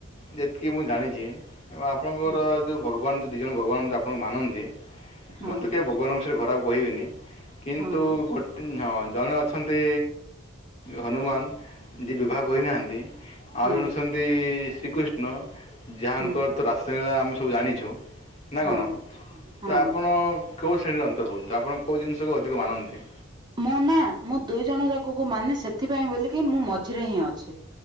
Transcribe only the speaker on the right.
ହଁ
ହଁ
ହଁ ହଁ
ହଁ
ହୁଁ
ହଁ
ହଁ
ମୁଁ ନା ମୁଁ ଦୁଇ ଜଣ ଯାକକୁ ମାନେ ସେ ଏଥିପାଇଁ ବୋଲିକି ମୁଁ ମଝିରେ ହିଁ ଅଛି।